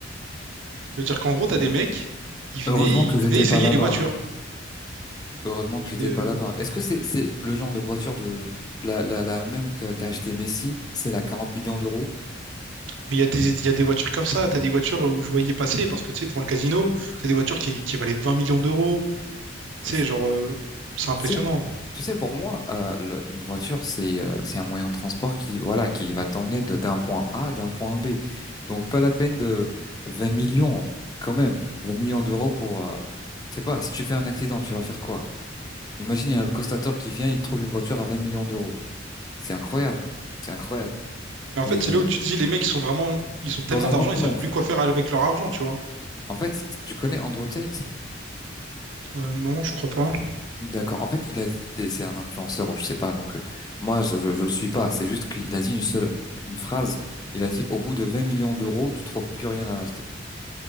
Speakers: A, on the right; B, on the left.
A: Ça veut dire qu'en gros, t'as des mecs, ils venaient,
B: Heureusement
A: ils
B: que j'étais
A: venaient essayer
B: pas là-bas.
A: les voitures.
B: hein. Heureusement que j'étais
A: Et, euh,
B: pas là. par- Est-ce que c'est c'est le genre de voiture de la la, la même que- qu'a acheté Messi, c'est la 40 millions d'euros?
A: mais il y a des, il y a des voitures comme ça. T'as des voitures où je voyais passer, parce que, tu sais, devant le casino, t'as des voitures qui, qui valaient 20 millions d'euros. Tu
B: Et c'est-
A: sais, genre, euh, c'est impressionnant.
B: c'est- Tu sais, pour moi, euh, le- une voiture c'est euh, c'est un moyen de transport qui voilà qui va t'emmener de- d'un point A à d'un point B. Donc pas la peine de 20 millions quand même, 20 millions d'euros pour euh, je sais pas. Si tu fais un accident, tu vas faire quoi? Imagine il y a le constateur qui vient, il trouve une voiture à 20 millions d'euros. C'est incroyable, c'est incroyable.
A: Mais en
B: Mais
A: fait,
B: euh,
A: c'est là où tu te dis, les mecs, ils sont vraiment, ils ont tellement
B: dans un
A: d'argent,
B: autre
A: ils
B: monde.
A: savent plus quoi faire avec leur argent, tu vois.
B: En fait, tu connais Andrew Tate?
A: Euh, non, je crois pas.
B: D'accord. En fait, il a dit, c'est c'est un influenceur ou je sais pas. Donc euh, moi, je, je, je le suis pas. C'est juste qu'il a dit une seule une phrase. Il a dit au bout de 20 millions d'euros, tu trouves plus rien à acheter.